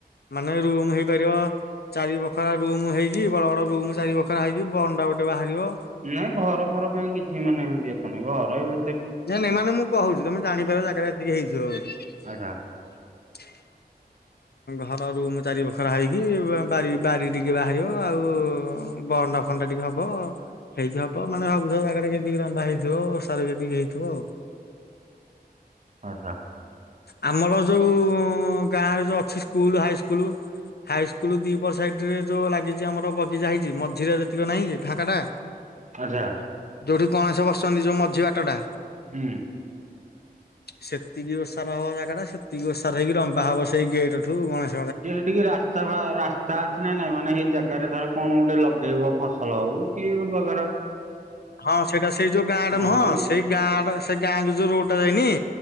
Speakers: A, on the left (about 75°); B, on the right (about 45°).
A: ମାନେ ରୁମ ହେଇପାରିବ। ଚାରି ବଖରା ରୁମ ହେଇକି ବଡ ବଡ ରୁମ ଚାରି ବଖରା ହେଇକି ବରଣ୍ଡା ଗୋଟେ ବାହାରିବ।
B: ନାଇଁ ଘର ଫର ପାଇଁ କିଛି ମାନେ ଏତି ଏତ ନାଇଁ ଘର ଏଇ
A: ନା ନାଇଁ ମାନେ ମୁଁ କହୁଛି ତମେ ଜାଣିପାର ଜାଗା ଏତିକି ହେଇଥିବ ବୋଲି।
B: ଆଚ୍ଛା
A: ଘର ରୁମ ଚାରି ବଖରା ହେଇକି ବାରି ଟିକେ ବାହାରିବ ଆଉ ବରଣ୍ଡା ଫରଣ୍ଡା ଟିକେ ହବ ହେଇକି ହବ ମାନେ ଭାବୁଥିବ ଜାଗାରେ କେତିକି ରନ୍ଧା ହେଇଥିବ ଓସାରେ କେତିକି ହେଇଥିବ। ଥିବ ଆଉ।
B: ଆଚ୍ଛା।
A: ଆମର ଯୋଉ ଗାଁରେ ଯୋଉ ଅଛି ସ୍କୁଲ ହାଇ ସ୍କୁଲ। ହାଇସ୍କୁଲ ଦିପଟ ସାଇଡ ରେ ଯୋଉ ଲାଗିଛି ଆମର ବଗିଚା ହେଇଛି ମଝିରେ ଯେତିକି ନାହିଁ ଫାଙ୍କା ଟା
B: ଆଚ୍ଛା।
A: ଯେଉଁଠି ଗଣେଶ ବସିଛନ୍ତି ଯେଉଁ ମଝି ବାଟଟା।
B: ହୁଁ।
A: ସେତିକି ବର୍ଷ। ର ହବ ଜାଗା ସେତିକି ଓଷାର ହେଇକି ଲମ୍ବା ହବ ସେଇ ଗେଟ ଠୁ ଗଣେଶ
B: ଦିଅ ସେଠିକି ରାସ୍ତା ରାସ୍ତାବା। ତା ଅଛି ନା ନାଇଁ ମାନେ ସେଇ ଜାଗାରେ ଧର କଣ ଗୋଟେ ଲଗେଇବ ଫସଲ ହଉ କି ବ
A: ହଁ ସେଇଟା ସେଇ ଯୋଉ ଗାଁଟା ନୁହଁ
B: ହଉ
A: ସେଇ ଗାଁ ସେ ଗାଁ କ ଯୋଉ ରୋଡ ଟା ଯାଇନି।